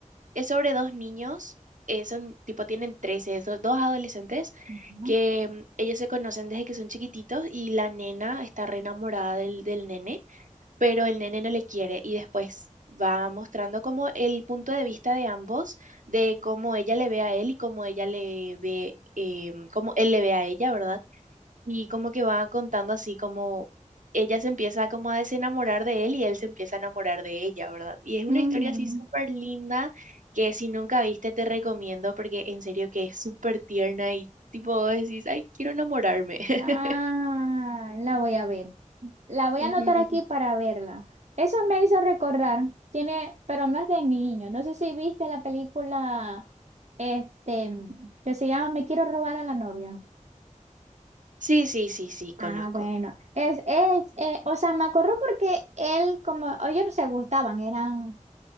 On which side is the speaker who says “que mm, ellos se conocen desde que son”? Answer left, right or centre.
Right